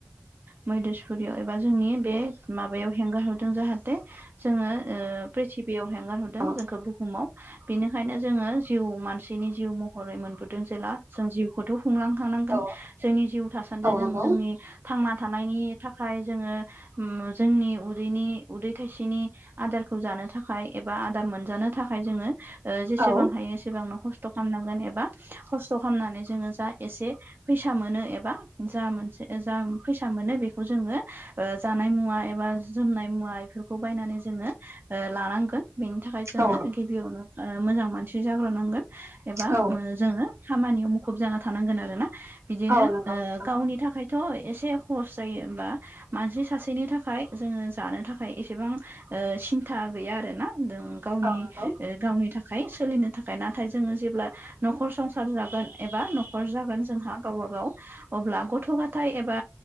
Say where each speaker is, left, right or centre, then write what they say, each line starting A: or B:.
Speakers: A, on the right; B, on the right.
A: मैधेसपुरियाव एबा जोंनि बे माबायाव हेंगार हरदों जाहाथे जोङो ओ प्रिथिबियाव हेंगारहरदों
B: औ
A: जोंखौ बुहुमाव बिनिखायनो जोङो जिउ मानसिनि जिउ मह हरै मोनबोदों जेला जों जिउखौथ' खुंलांखानांगोन,
B: औ
A: जोंनि जिउ थासान्दि
B: औ
A: जों
B: नंगौ
A: जोंनि थांना थानायनि थाखाय जोङो उम जोंनि उदैनि उदै थाइसेनि आदारखौ जानो थाखाय एबा आदार मोनजानो थाखाय जोङो ओ जेसेबां
B: औ
A: हायो एसेबांनो खस्थ' थ खालामनांगोन एबा खस्थ' खालामनानै जोङो जा एसे फैसा मोनो एबा जा मोनसे जा फैसा मोनो बेखौ जोङो ओ जानाय मुवा एबा जोमनाय मुवा बेफोरखौ बायनानै जोङो ओ लानांगोन बेनि थाखाय जोङो
B: औ
A: गिबियावनो ओ मोजां मानसि जाग्रोनांगोन एबा
B: औ
A: ओ जोङो खामानियाव मुखुब जाना थानांगोन आरोना बिदिनो
B: औ
A: ओ
B: नंगौ नोंथां
A: गावनि था थ' एसे हस जायो होनबा मानसि सासेनि थाखाय जोङो जानो थाखाय एसेबां ओ सिन्था गैया आरो ना। जों गावनि
B: औ नंगौ
A: ओ गावनि थाखाय सोलिनो थाखाय नाथाय जोङो जेब्ला न'खर संसार जागोन एबा न'खर जागोन जोंहा गावबा गाव अब्ला गथ' गथ ग'थाय एबा